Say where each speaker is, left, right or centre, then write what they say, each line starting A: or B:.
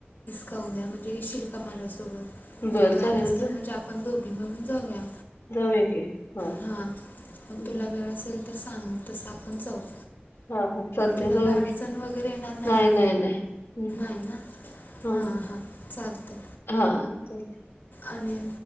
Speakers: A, on the left; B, on the left.
A: क उद्या म्हणजे येशील का माझ्यासोबत?
B: बरं
A: मग आलीस
B: चालेल
A: तर
B: जा
A: म्हणजे आपण दोघी मिळून जाऊया.
B: जाऊया की हो हम्म.
A: हां मग तुला वेळ असेल तर सांग तसं आपण जाऊ.
B: हा हो चालतय
A: तुला
B: जाऊया
A: काय अडचण
B: की,
A: वगैरे येणार
B: नाही
A: ना
B: नाही नाही
A: नाही ना
B: ह
A: हां हां चालतं
B: ह चालतय.
A: आणि